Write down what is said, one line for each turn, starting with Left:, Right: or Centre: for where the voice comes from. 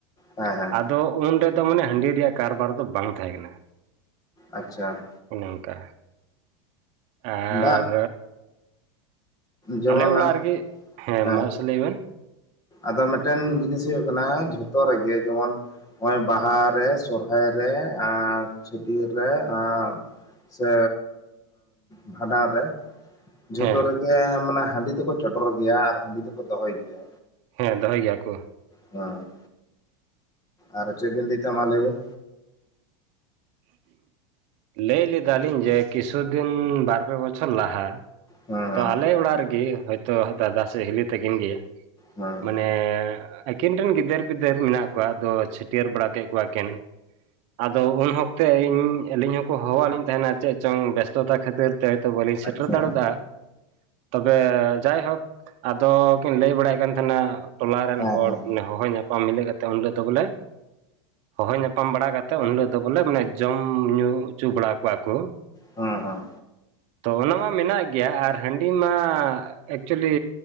Right: ᱾
Left: ᱦᱮᱸ ᱦᱮᱸ
Right: ᱟᱫᱚ ᱩᱱ ᱨᱮ ᱫᱚ ᱢᱟᱱᱮ ᱦᱟᱺᱰᱤ ᱨᱮᱭᱟᱜ ᱠᱟᱨᱵᱟᱨ ᱫᱚ ᱵᱟᱝ ᱛᱟᱦᱮᱸ ᱠᱟᱱᱟ ᱾
Left: ᱟᱪᱪᱷᱟ ᱾
Right: ᱚᱱᱮ ᱚᱱᱠᱟ, ᱟᱨ
Left: ᱵᱟ ᱡᱮᱢᱚᱱ,
Right: ᱟᱞᱮ ᱚᱲᱟᱜ
Left: ᱦᱮᱸ
Right: ᱨᱮᱜᱮ ᱦᱮᱸ
Left: ᱾
Right: ᱢᱟᱥᱮ ᱞᱟᱹᱭ ᱵᱮᱱ
Left: ᱟᱫᱚ ᱢᱮᱫᱴᱮᱱ ᱡᱤᱱᱤᱥ ᱦᱩᱭᱩᱜ ᱠᱟᱱᱟ ᱡᱷᱚᱛᱚ ᱨᱮᱜᱮ ᱡᱮᱢᱚᱱ ᱱᱚᱜ-ᱚᱭ ᱵᱟᱦᱟᱨᱮ, ᱥᱚᱨᱦᱟᱭ ᱨᱮ ᱟᱨ ᱪᱷᱟᱹᱴᱭᱟᱹᱨ ᱨᱮ ᱟᱸ ᱥᱮ ᱵᱷᱟᱸᱰᱟᱱ ᱨᱮ ᱡᱷᱚᱛᱚ
Right: ᱦᱮᱸ
Left: ᱨᱮᱜᱮ ᱢᱟᱱᱮ ᱦᱟᱺᱰᱤ ᱫᱚᱠᱚ ᱪᱚᱰᱚᱨ ᱜᱮᱭᱟ ᱟᱨ ᱦᱟᱺᱰᱤ ᱫᱚᱠᱚ ᱫᱚᱦᱚᱭ ᱜᱮᱭᱟ᱾
Right: ᱦᱮᱸ ᱫᱚᱦᱚᱭ ᱜᱮᱭᱟ ᱠᱚ᱾
Left: ᱦᱮᱸ ᱟᱨ ᱪᱮᱫ ᱵᱤᱱ ᱞᱟᱹᱭᱤᱛ ᱛᱟᱦᱮ ᱢᱟ ᱞᱟᱭᱵᱤᱱ
Right: ᱞᱟᱹᱭ ᱞᱮᱫᱟᱞᱤᱧ ᱡᱮ ᱠᱤᱪᱷᱩ ᱫᱤᱱ ᱵᱟᱨᱯᱮ ᱵᱚᱪᱷᱚᱨ ᱞᱟᱦᱟ
Left: ᱦᱮᱸ
Right: ᱛᱚ ᱟᱞᱮ ᱚᱲᱟᱜ ᱨᱮᱜᱮ ᱦᱚᱳᱭᱛᱳ ᱫᱟᱫᱟ ᱥᱮ ᱦᱤᱞᱤ ᱛᱟᱹᱠᱤᱱ ᱜᱮ,
Left: ᱦᱮᱸ
Right: ᱢᱟᱱᱮ ᱟᱹᱠᱤᱱ ᱨᱮᱱ ᱜᱤᱫᱟᱹᱨ ᱯᱤᱫᱟᱹᱨ ᱢᱮᱱᱟᱜ ᱠᱚᱣᱟ ᱟᱫᱚ ᱪᱷᱟᱹᱴᱭᱟᱹᱨ ᱵᱟᱲᱟ ᱠᱮᱫ ᱠᱚᱣᱟᱠᱤᱱ᱾ ᱟᱫᱚ ᱩᱱ ᱚᱠᱛᱮ ᱤᱧ ᱟᱹᱞᱤᱧ ᱦᱚᱸᱠᱚ ᱦᱚᱦᱚᱣᱟᱜ ᱞᱤᱧ ᱛᱟᱦᱮᱱᱟ ᱪᱮᱫ ᱪᱚᱝ ᱵᱮᱥᱛᱚᱛᱟ ᱠᱷᱟᱹᱛᱤᱨ ᱦᱚᱭᱛᱚ ᱵᱚᱞᱮᱧ ᱥᱮᱴᱮᱨ
Left: ᱟᱪᱪᱷᱟ
Right: ᱫᱟᱲᱮ ᱫᱟ᱾ ᱛᱚᱵᱮ ᱡᱟᱭᱦᱳᱠ ᱟᱫᱚ ᱠᱤᱱ ᱞᱟᱹᱭ ᱵᱟᱲᱟᱭᱮᱫ ᱠᱟᱱ ᱛᱟᱦᱮᱱᱟ ᱴᱚᱞᱟ ᱨᱮᱱ
Left: ᱦᱮᱸ
Right: ᱦᱚᱲ
Left: ᱦᱮᱸ
Right: ᱦᱚᱦᱚ ᱧᱟᱯᱟᱢ ᱢᱤᱞᱟᱹ ᱠᱟᱛᱮ ᱩᱱ ᱦᱤᱞᱚᱜ ᱫᱚ ᱵᱚᱞᱮ ᱦᱚᱦᱚ ᱧᱟᱯᱟᱢ ᱵᱟᱲᱟ ᱠᱟᱛᱮᱫ ᱩᱱ ᱦᱤᱞᱳᱜ ᱫᱚ ᱵᱚᱞᱮ ᱢᱟᱱᱮ ᱡᱚᱢ ᱧᱩ ᱦᱚᱪᱚ ᱵᱟᱲᱟ ᱠᱚᱣᱟ ᱠᱩ᱾
Left: ᱦᱮᱸ ᱦᱮᱸ
Right: ᱛᱚ ᱚᱱᱟ ᱢᱟ ᱢᱮᱱᱟᱜ ᱜᱮ ᱜᱮᱭᱟ ᱟᱨ ᱦᱟᱺᱰᱤ ᱢᱟ ᱮᱠᱪᱩᱭᱮᱞᱤ